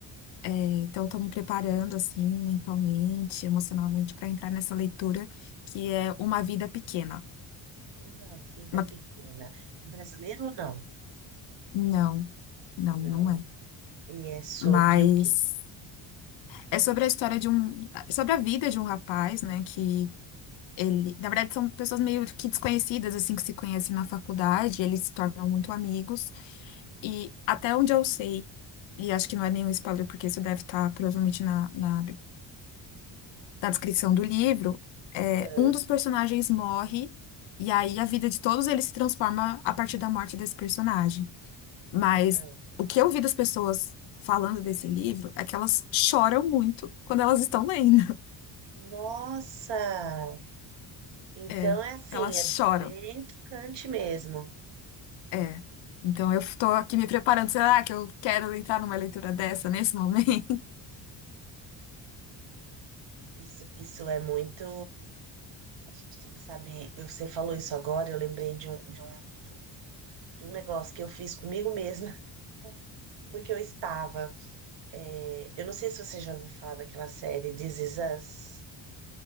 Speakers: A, on the left; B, on the right.
A: É, então, estou me preparando assim, mentalmente, emocionalmente, para entrar nessa leitura que é Uma Vida Pequena.
B: Uma vida
A: Uma-
B: pequena. É brasileiro ou não?
A: Não, não,
B: Não.
A: não é.
B: E é sobre
A: Mas
B: o quê?
A: é sobre a história de um, sobre a vida de um rapaz, né? Que ele, na verdade, são pessoas meio que desconhecidas, assim, que se conhecem na faculdade, eles se tornam muito amigos. E até onde eu sei, e acho que não é nenhum spoiler, porque isso deve estar provavelmente na, na da descrição do livro, é,
B: Ah,
A: um dos personagens morre e aí a vida de todos eles se transforma a partir da morte desse personagem. Mas
B: ah.
A: o que eu vi das pessoas falando desse livro é que elas choram muito quando elas estão lendo. <laughs>
B: Nossa! Então
A: É,
B: é assim,
A: elas choram.
B: é bem tocante mesmo.
A: É. Então eu tô aqui me preparando. Será que eu quero entrar numa leitura dessa nesse momento?
B: Isso, isso é muito. A gente tem que saber. eu- Você falou isso agora, eu lembrei de um, de um, de um, de um negócio que eu fiz comigo mesma, <laughs> porque eu estava. é, eu não sei se você já ouviu falar daquela série This Is Us.